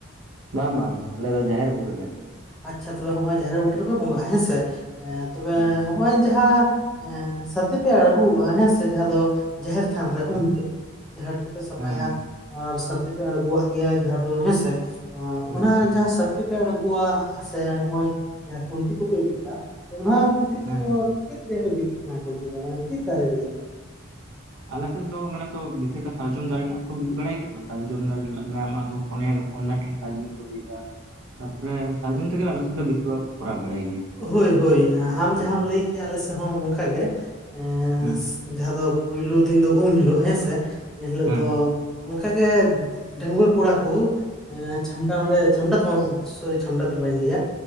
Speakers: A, on the right (about 85°); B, in the centre.
A: ᱵᱟᱝ ᱵᱟᱝ ᱟᱞᱮ ᱫᱚ ᱡᱟᱦᱮᱨ ᱵᱩᱴᱟᱹ ᱨᱮ
B: ᱟᱪᱷᱟ ᱛᱚᱵᱮ ᱦᱚᱸᱜᱼᱚᱭ ᱡᱟᱦᱮᱨ ᱵᱩᱴᱟᱹ ᱨᱮᱯᱮ ᱵᱚᱸᱜᱟᱜᱼᱟ ᱦᱮᱸᱥᱮ ᱛᱚᱵᱮ
A: ᱦᱮᱸ
B: ᱱᱚᱜᱚᱭ ᱡᱟᱦᱟᱸ ᱥᱟᱛᱤ ᱯᱮ ᱟᱲᱜᱚᱜᱼᱟ ᱦᱮᱸ ᱥᱮ ᱡᱟᱦᱟᱸ ᱫᱚ ᱡᱟᱦᱮᱨ ᱛᱷᱟᱱ ᱨᱮ
A: ᱦᱮᱸ
B: ᱩᱱ ᱦᱤᱞᱳᱜ ᱡᱟᱦᱮᱨ ᱠᱚᱯᱮ ᱥᱟᱯᱷᱟᱭᱟ
A: ᱦᱮᱸ ᱦᱮᱸ
B: ᱟᱨ ᱥᱟᱛᱤ ᱯᱮ ᱟᱲᱜᱚᱣᱟᱜ ᱜᱮᱭᱟ ᱡᱟᱦᱟᱸ ᱫᱚ ᱦᱮᱸᱥᱮ
A: ᱦᱩᱸ
B: ᱚᱱᱟ
A: ᱦᱩᱸ
B: ᱡᱟᱦᱟᱸ ᱥᱟᱛᱤ ᱯᱮ ᱟᱵᱚᱣᱟᱜ ᱥᱮ ᱱᱚᱜ ᱚᱭ ᱡᱟᱦᱟᱸ ᱠᱷᱩᱱᱴᱤ ᱠᱚᱯᱮ ᱵᱤᱫ ᱫᱟ ᱚᱱᱟ ᱠᱷᱩᱱᱴᱤ
A: ᱦᱮᱸ
B: ᱠᱚᱫᱚ
A: ᱦᱮᱸ
B: ᱪᱮᱫ ᱨᱮᱭᱟᱜᱯᱮ ᱵᱤᱫ ᱛᱟᱦᱮᱱᱟ ᱠᱷᱩᱱᱴᱤ ᱫᱚ ᱢᱟᱱᱮ ᱪᱮᱫ ᱫᱟᱨᱮ ᱨᱮᱭᱟᱜ
A: ᱟᱞᱮ ᱥᱮᱫ ᱫᱚ ᱢᱟᱱᱮ ᱛᱚ ᱵᱮᱥᱤ ᱠᱚ ᱥᱟᱨᱡᱚᱢ ᱫᱟᱨᱮ ᱨᱮᱱᱟᱜ ᱠᱚ ᱵᱤᱫ ᱵᱟᱲᱟᱭ ᱜᱮᱛᱚ ᱥᱟᱨᱡᱚᱢ ᱫᱟᱨᱮ ᱢᱮᱟᱜ ᱯᱚᱱᱭᱟ ᱯᱚᱱ ᱫᱟᱨᱮ ᱥᱟᱨᱡᱚᱢ ᱛᱤᱜᱤ ᱛᱟᱯᱚᱨᱮ ᱥᱟᱨᱡᱚᱢ ᱛᱮᱜᱮ ᱟᱞᱚ ᱥᱮᱫ ᱫᱚ ᱵᱮᱥᱤ ᱵᱷᱟᱜᱽ ᱠᱚᱨᱟᱣ ᱵᱟᱲᱟᱭ ᱜᱮᱭᱟ
B: ᱦᱳᱭ ᱦᱳᱭ ᱟᱢ
A: ᱦᱩᱸ
B: ᱡᱟᱦᱟᱸᱢ ᱞᱟᱹᱭ ᱠᱮᱭᱟ ᱟᱞᱮ ᱥᱮᱫ ᱦᱚᱸ ᱚᱱᱠᱟᱜ ᱜᱮ ᱮ
A: ᱦᱩᱸ
B: ᱡᱟᱦᱟᱸ ᱫᱚ ᱯᱳᱭᱞᱳ ᱫᱤᱱ ᱫᱚ ᱩᱢ ᱦᱤᱞᱳᱜ ᱦᱮᱸᱥᱮ ᱮᱱᱦᱤᱞᱳᱜ
A: ᱦᱩᱸ
B: ᱫᱚ ᱚᱱᱠᱟᱜᱮ ᱰᱟᱹᱟᱹᱜᱣᱟᱹ ᱠᱚᱲᱟ ᱠᱚ ᱮ ᱪᱷᱟᱢᱰᱟ ᱚᱸᱰᱮ ᱪᱷᱟᱢᱰᱟ ᱫᱚ ᱵᱟᱝ ᱥᱚᱨᱤ ᱪᱷᱟᱢᱰᱟ ᱫᱚ ᱵᱟᱹᱧ ᱞᱟᱹᱭᱟ